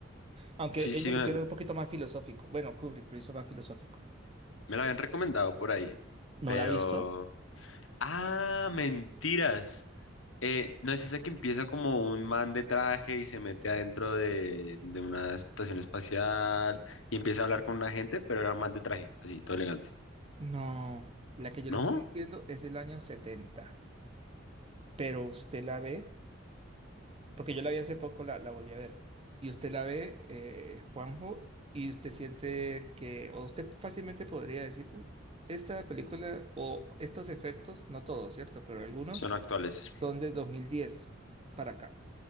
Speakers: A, on the right; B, on the left.
A: Aunque
B: sí,
A: ellos
B: sí, me,
A: lo hicieron un poquito más filosófico. Bueno, Kubrick lo hizo más filosófico.
B: me la habían recomendado por ahí,
A: No
B: pero...
A: la ha visto,
B: Ah, mentiras. Eh, no es esa que empieza como un man de traje y se mete adentro de, de una estación espacial y empieza a hablar con una gente, pero era un man de traje, así, todo elegante.
A: No, la que yo
B: ¿No?
A: le estoy diciendo es del año 70. pero usted la ve, porque yo la vi hace poco, la, la volví a ver, y usted la ve, eh, Juanjo, y usted siente que, o usted fácilmente podría decir, "Uy, esta película o estos efectos, no todos, ¿cierto? Pero algunos
B: Son actuales.
A: son de 2010 para acá